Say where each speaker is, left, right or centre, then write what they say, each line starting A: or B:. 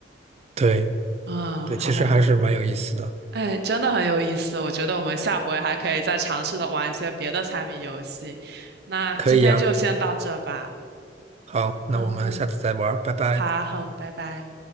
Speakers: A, on the right; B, on the right.
A: 对
B: 嗯，
A: 对，
B: 好的好的，
A: 其实还是蛮有意思的。
B: 哎，真的很有意思，我觉得我们下回还可以再尝试的玩一些别的猜谜游戏。那今天就先到这吧。
A: 可以呀，好，那我们下次再玩儿拜拜。
B: 嗯嗯，好，好，拜拜。